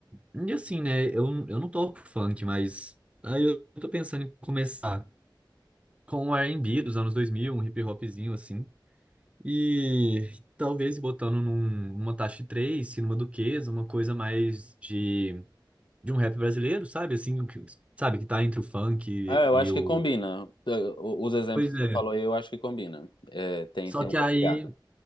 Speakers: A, on the right (about 15°); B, on the left (about 70°).
A: e assim, né? Eu, eu não toco funk, mas aí eu tô pensando em começar com o R&B dos anos 2000, um hip hopzinho assim. E talvez botando num- numa taxa 3, se numa Duquesa, uma coisa mais de, de um rap brasileiro, sabe? Assim, o que- sabe? Que tá entre o funk e,
B: É, eu acho
A: e o.
B: que combina. Eh, o- Os exemplos
A: Pois
B: que
A: é.
B: você falou aí, eu acho que combina. É, tem,
A: Só
B: tem uma
A: que aí.
B: pegada.